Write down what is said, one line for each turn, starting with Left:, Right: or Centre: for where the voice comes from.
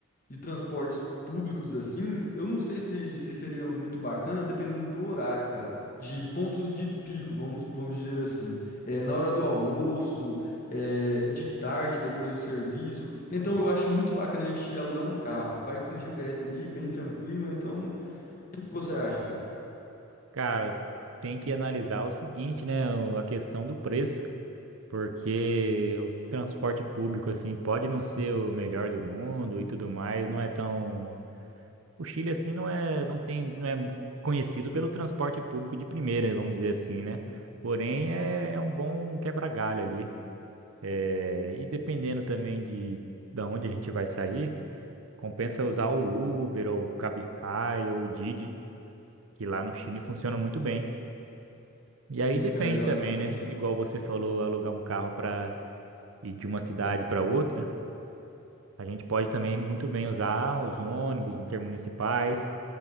Left: de transportes públicos, assim, eu não sei se, se seria muito bacana, dependendo do horário, cara. De pontos de pico, vamos, vamos dizer assim. É, na hora do almoço, é, de tarde, depois do serviço. Então eu acho muito bacana a gente alugar um carro. Vai com o GPS ali, bem tranquilo. Então, o que você acha, cara?
Right: Cara, tem que analisar o seguinte, né? o- A questão do preço, porque o transporte público, assim, pode não ser o melhor do mundo e tudo mais, não é tão. O Chile, assim, não é, não tem, não é conhecido pelo transporte público de primeira, vamos dizer assim, né? Porém, é, é um bom quebra-galho ali. É, e dependendo também de, da onde a gente vai sair, compensa usar o Uber, ou o Cabify, ou o Didi, que lá no Chile funciona muito bem. E
Left: Sim,
Right: aí depende
Left: cara, exatamente.
Right: também, né? Igual você falou, alugar um carro para ir de uma cidade para outra, a gente pode também muito bem usar os ônibus intermunicipais,